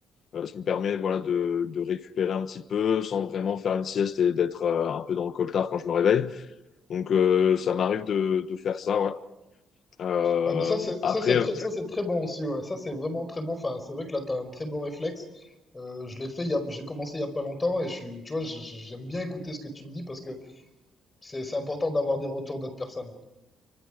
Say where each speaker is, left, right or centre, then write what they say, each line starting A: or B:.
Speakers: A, on the left; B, on the left.
A: Euh, ce qui me permet voilà, de, de récupérer un petit peu sans vraiment faire une sieste et d'être euh, un peu dans le coltard quand je me réveille. Donc euh, ça m'arrive de, de faire ça, ouais. Euh,
B: Ah, mais ça, c'est,
A: après,
B: ça, c'est
A: euh,
B: très, ça, c'est très bon aussi, ouais. Ça, c'est vraiment très bon. Enfin, c'est vrai que là, t'as un très bon réflexe. Euh, je l'ai fait, il y a- j'ai commencé il y a pas longtemps et je suis, tu vois, je- je- j'aime bien écouter ce que tu me dis parce que c'est, c'est important d'avoir des retours d'autres personnes.